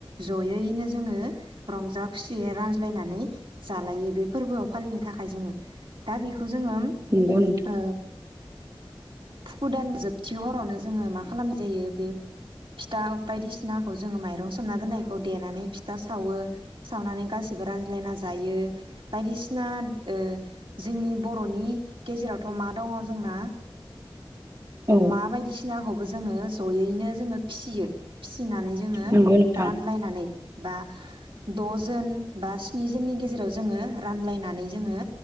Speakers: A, on the right; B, on the right.
A: जयैनो जोङो रंजा खुसियै रानज्लायनानै जालायो बे फोरबोआव फालिनो थाखाय जोङो दा बेखौ जोङो
B: नंगौ नोंथां
A: ओ फुकु दान जोबथि हरावनो जोङो मा खालामनाय जायो बे फिथा बायदिसिनाखौ जोङो माइरं सोमना दोननाय खौ देनानै फिथा सावो सावनानै गासिबो रानज्लायना जायो बायदिसिना ओ जोंनि बर'नि गेजेरावथ' मा दङ जोंना ओ
B: औ
A: अमा बायदिसिनाखौबो जोङो ज'यैनो जोङो फिसियो। फिसिनानै जोङो
B: नंगौ नोंथां
A: रानलायनानै बा दजोन बा स्नि जोननि गेजेराव जोङो रानलायनानै जोङो